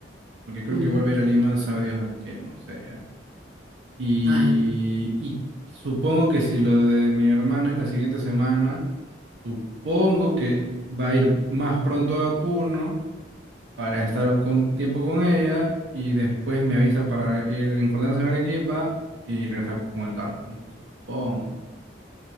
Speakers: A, on the right; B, on the right.
A: porque creo
B: ujú.
A: que vuelve a ir a Lima, sabe Dios a qué, no sé ya. Y,
B: Ah, ya.
A: y supongo que si lo de mi hermana es la siguiente semana, supongo que va a ir más pronto a Puno para estar con tiempo con ella y después me avisa para ir en Cordanza en Arequipa y regresar con el carro, pues, ¿no? Supongo.